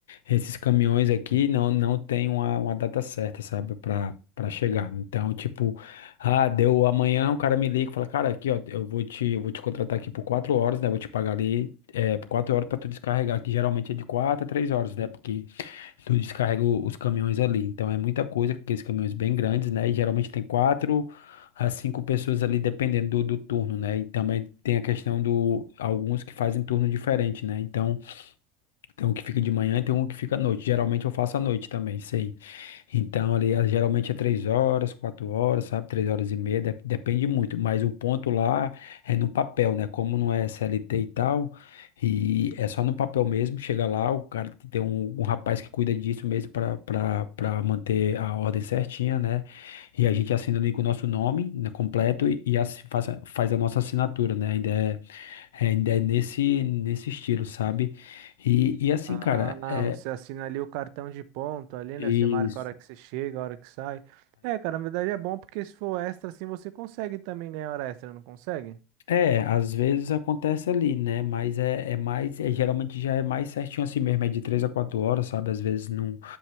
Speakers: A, on the left; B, on the right.
A: esses caminhões aqui não, não tem uma, uma data certa, sabe, para para chegar. Então, tipo, ah, deu amanhã, o cara me liga e fala, cara, aqui, ó, eu vou te, eu vou te contratar aqui por quatro horas, né? Vou te pagar ali é, por quatro horas para tu descarregar, que geralmente é de quatro a três horas, né? Porque tu descarrega o- os caminhões ali. Então, é muita coisa, aqueles caminhões bem grandes, né? E geralmente tem quatro a cinco pessoas ali, dependendo do, do turno, né? E também tem a questão do alguns que fazem turno diferente, né? Então tem um que fica de manhã e tem um que fica à noite. Geralmente eu faço à noite também, sei. Então, ali, ah, geralmente é três horas, quatro horas, sabe? Três horas e meia, de- depende muito. Mas o ponto lá é no papel, né? Como não é CLT e tal, e é só no papel mesmo. Chega lá, o cara que tem um, um rapaz que cuida disso mesmo para para manter a ordem certinha, né? E a gente assina ali com o nosso nome, né, completo e, e assi- faça- faz a nossa assinatura, né? Ainda é. É, ainda é nesse, nesse estilo, sabe? E, e assim,
B: Ah,
A: cara, é
B: você assina ali o cartão de ponto ali,
A: isso.
B: né? Você marca a hora que você chega, a hora que sai. É, cara, na verdade é bom porque se for extra assim você consegue também ganhar hora extra, não consegue?
A: É, às vezes acontece ali, né? Mas é, é mais, é, geralmente já é mais certinho assim mesmo, é de três a quatro horas, sabe? Às vezes não,